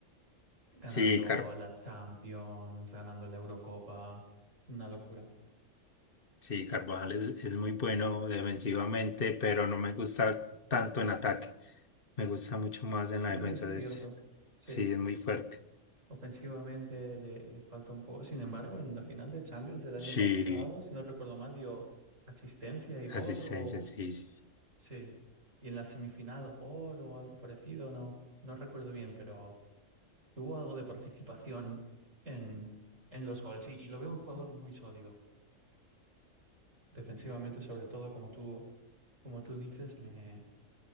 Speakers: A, on the right; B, on the left.
A: Ganando
B: sí, Car-
A: la Champions, ganando la Eurocopa, una locura.
B: sí, Carvajal es, es muy bueno defensivamente, pero no me gusta tanto en ataque. Me gusta mucho más en la
A: Sí,
B: defensa.
A: es cierto.
B: es-
A: Sí,
B: sí, es muy fuerte.
A: ofensivamente le, le falta un poco. Sin embargo, en la final de Champions el año
B: Sí,
A: pasado, si no recuerdo mal, dio asistencia y gol
B: asistencia,
A: o...
B: sí, sí.
A: Sí. Y en la semifinal gol o algo parecido, no, no recuerdo bien, pero tuvo algo de participación en, en los goles. Y, y lo veo un jugador muy sólido. Defensivamente, sobre todo, como tú, como tú dices, me,